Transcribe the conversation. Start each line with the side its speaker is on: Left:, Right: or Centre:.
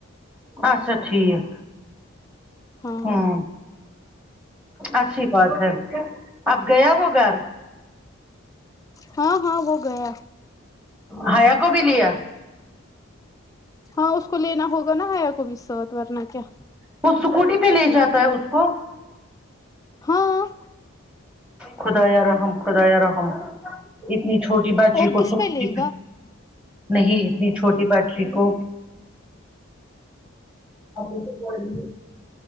Centre: اچھا ٹھیک
Left: ہاں
Centre: ہوں اچھی بات ہے اب گیا وہ گھر
Left: ہاں ہاں وہ گیا
Centre: بھیا کو بھی لیا
Left: ہاں اس کو لینا ہوگا نا ہیا کو بھی سا ورنا کیا
Centre: وہ سکوٹی پہ لے جاتا ہے اس کو
Left: ہاں
Centre: خدایا رحم خدایا رحم اتنی چھوٹی بچی
Left: اور
Centre: کو
Left: کس
Centre: سکوٹی
Left: لے
Centre: پہ
Left: گا
Centre: نہیں اتنی چھوٹی بچی کو <unintelligible> اب تو کو <unintelligible>